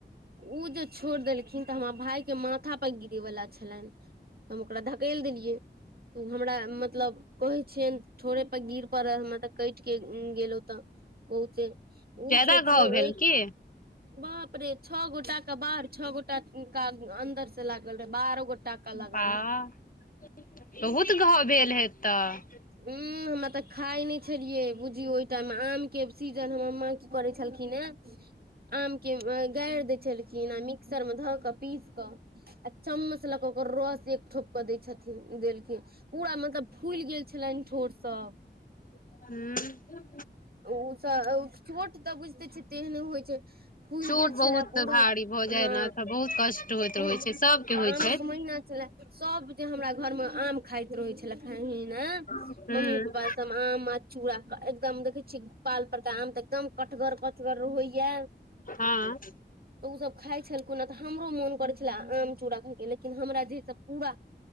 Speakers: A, on the right; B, on the left.
A: ओ जे छोड़ देलखिन तऽ हमर भायके माथापर गिरेवला छलनि हम ओकरा धकेलि देलियै तऽ ओ हमरा मतलब कहै छियनि ठौड़े पर गिर पड़ल हमरा तऽ कटि कऽ गेलहुँ तऽ बहुते उ
B: ज्यादा
A: सोचियो
B: घाव भेल
A: अइ
B: की
A: बाप रे छओ गोटा के बाहर छओ गोटा का अन्दर से लागल रहे बारह गोटा का लागल
B: बा
A: रहे
B: बहुत घाव भेल हेतऽ त
A: हू हमरा त खाइ नहि छलियै बुझियौ ओहि टाइममे आमके सीजन हमर माँ की करै छलखिन हे आम के गड़ि दै छलखिन आ मि मिक्सर मे ध के पीस के आ चम्मच ल के ओकर रस एक ठोप के दय छथिन देलखिन पूरा मतलब फुलि गेल छलनि ठोर सब
B: हँ
A: ओ चोट तऽ बुझिते छ तेहन होइ छै फूलि
B: चोट
A: गेल
B: बहुत
A: छलए पूरा
B: भारी भऽ जाय
A: हँ
B: ने तऽ बहुत कष्ट होइत
A: फूल
B: रहै छै सबके
A: आमक
B: होइ छै
A: महिना छलए सब जे हमरा घर मे आम खाइत रहै छलख हे ने
B: हूँ
A: मम्मी पापा सब आम चूड़ा एकदम देखै छीय बाल पर त आम तऽ एकदम कटगर कटगर रहैया
B: हँ हूँ
A: तऽ ओसभ खाइ छलखु ह तऽ हमरो मोन करैत छले आम चूड़ा खाायके लेकिन हमरा जे से पूरा